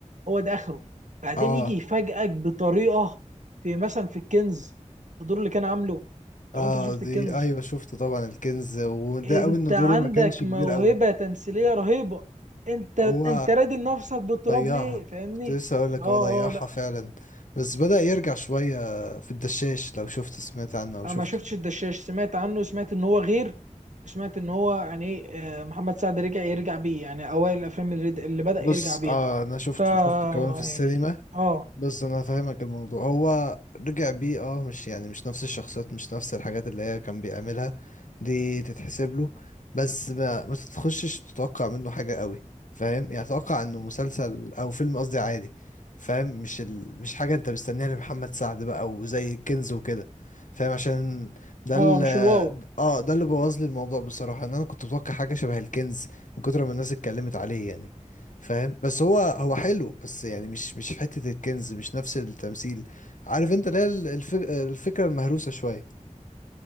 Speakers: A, on the right (about 70°); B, on the left (about 80°).
A: هو ده اخره بعدين
B: اه
A: يجي يفاجئك بطريقه في مثلا في الكنز الدور اللي كان عامله لو
B: اه
A: انت شفت
B: دي
A: الكنز
B: ايوه شفت طبعا الكنز وده
A: انت
B: قوي ان
A: عندك
B: دوره ما كانش كبير
A: موهبة
B: قوي
A: تمثيلية رهيبة انت
B: هو
A: انت رادي نفسك بالتراب
B: ضيعها
A: ليه فاهمني
B: كنت لسه اقول لك
A: اه
B: هو ضيعها
A: اه لا
B: فعلا بس بدأ يرجع شوية في الدشاش لو شفت سمعت عنه او
A: انا
B: شفته
A: ما شفتش الدشاش سمعت عنه سمعت ان هو غير سمعت ان هو يعني ايه، آه، محمد سعد رجع يرجع بيه يعني اوائل الافلام اللي اللي بدأ
B: بص
A: يرجع بيها
B: آه انا شفته
A: ف يعني
B: شفته كمان في السينما
A: اه
B: بس انا فاهمك الموضوع هو رجع بيه اه مش يعني مش نفس الشخصيات مش نفس الحاجات اللي هي كان بيعملها دي تتحسب له بس ما, ما تتخشش تتوقع منه حاجة قوي فاهم يعني اتوقع انه مسلسل او فيلم قصدي عادي فاهم مش ال... مش حاجة انت مستنيها لمحمد سعد بقى وزي الكنز وكده فاهم عشان ده
A: اه
B: ال
A: مش الواو
B: اه ده اللي بوظ لي الموضوع بصراحة ان انا كنت متوقع حاجة شبه الكنز من كتر ما الناس اتكلمت عليه يعني فاهم بس هو هو حلو بس يعني مش مش حتة الكنز مش نفس التمثيل عارف انت اللي هي ال- الف- الفكرة المهروسة شوية